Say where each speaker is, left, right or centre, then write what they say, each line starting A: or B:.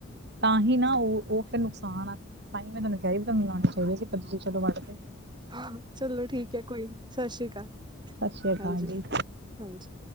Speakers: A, on the right; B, on the right.
A: ਤਾਂ ਹੀ ਨਾ ਉਹ ਉਹ ਫੇਰ ਨੁਕਸਾਨ ਆ, ਤਾਂ ਹੀ ਮੈਂ ਤੁਹਾਨੂੰ ਕਹਿ ਰਹੀ ਵੀ ਤੁਹਾਨੂੰ ਲਾਉਣੇ ਚਾਹੀਦੇ ਜ। ਚਲੋ ਵਡਦੇ।
B: ਹ ਚਲੋ ਠੀਕ ਹੈ ਕੋਈ ਨੀ ਸਤਿ ਸ਼੍ਰੀ ਅਕਾਲ,
A: ਸਤਿ ਸ੍ਰੀ ਅਕਾਲ
B: ਹਾਂਜੀ।
A: ਜੀ
B: ਹਾਂਜੀ।